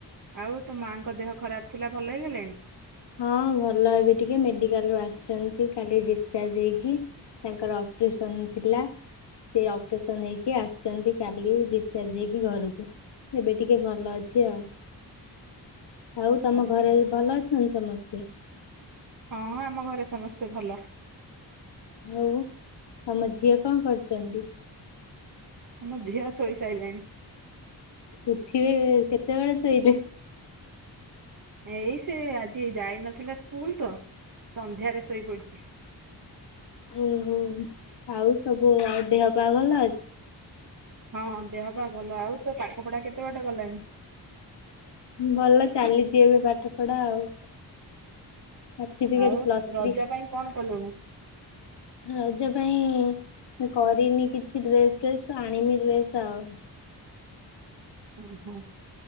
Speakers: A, on the right; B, on the left.
A: ଆଉ ତୋ ମାଆଙ୍କ ଦେହ ଖରାପ ଥିଲା ଭଲ ହେଇଗଲାଣି?
B: ହଁ ଭଲ ଏବେ ଟିକେ ମେଡିକାଲ୍ ରୁ ଆସିଛନ୍ତି କାଲି ଡିସଚାର୍ଜ ହେଇକି। ତାଙ୍କର ଅପରେସନ୍ ଥିଲା। ସେ ଅପରେସନ୍ ହେଇକି ଆସିଛନ୍ତି କାଲି ଡିସଚାର୍ଜ ହେଇକି ଘରକୁ। ଏବେ ଟିକେ ଭଲ ଅଛି ଆଉ। ଆଉ ତୋମ
A: ଓହୋ।
B: ଘରେ ଭଲ ଅଛନ୍ତି ସମସ୍ତେ?
A: ହଁ ଆମ ଘରେ ସମସ୍ତେ ଭଲ।
B: ଆଉ ତୋମ ଝିଅ କଣ କରୁଚନ୍ତି?
A: ଆମ ଝିଅ ଶୋଇସାଇଲାଣି।
B: ଉଠିବେ କେତେବେଳେ ଶୋଇଲେ?
A: ଏଇ ସେ ଆଜି ଯାଇନଥିଲା ସ୍କୁଲ ତ ସନ୍ଧ୍ୟାରେ ଶୋଇପଡ଼ିଛି।
B: ଓହୋ ଆଉ ସବୁ ଆଉ ଦେହ ପା ଭଲ ଅଛି?
A: ହଁ ଦେହ ପା ଭଲ ଆଉ ତୋ ପାଠ ପଢ଼ା କେତେ ବାଟ ଗଲାଣି?
B: ଭଲ ଚାଲିଛି ଏବେ ପାଠ ପଢ଼ା ଆଉ। ସାର୍ଟିଫିକେଟ୍
A: ଆଉ
B: ପ୍ଲସ୍
A: ରଜ
B: ଥ୍ରୀ
A: ପାଇଁ କଣ କଲୁଣୁ?
B: ରଜ ପାଇଁ କରିନି କିଛି ଡ୍ରେସ୍ ଫ୍ରେସ୍ ଆଣିବି ଡ୍ରେସ୍ ଆଉ।
A: ଓହୋ